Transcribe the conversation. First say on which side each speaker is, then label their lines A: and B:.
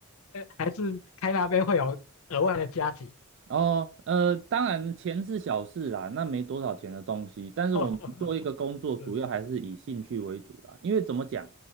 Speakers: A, on the left (about 80°); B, on the right (about 60°).
A: 呃还是开那边会有额外的加急？
B: 哦，呃，当然钱是小事啦，那没多少钱的东西。但是我们做一个工作，
A: <laughs>
B: 主要还是以兴趣为主啦。
A: 是是。嗯
B: 因为怎么讲，